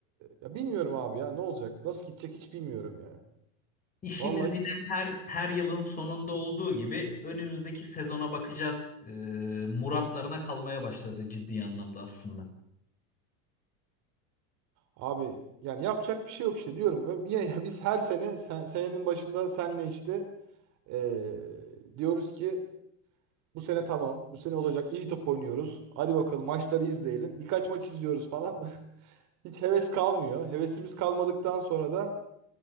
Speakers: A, on the right (about 40°); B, on the left (about 20°).
A: ya bilmiyorum abi ya ne olacak? Nasıl gidecek hiç bilmiyorum ya.
B: İşimiz
A: Vallahi hiç-
B: yine her her yılın sonunda olduğu gibi önümüzdeki sezona bakacağız. Ee, muratlarına kalmaya başladı ciddi anlamda aslında.
A: abi yani yapacak bir şey yok işte diyorum. Ö- Yine <laughs> biz her sene sen, senenin başında senle işte ee, diyoruz ki Bu sene tamam. Bu sene olacak. İyi top oynuyoruz. Hadi bakalım maçları izleyelim. Birkaç maç izliyoruz falan. <laughs> Hiç heves kalmıyor. Hevesimiz kalmadıktan sonra da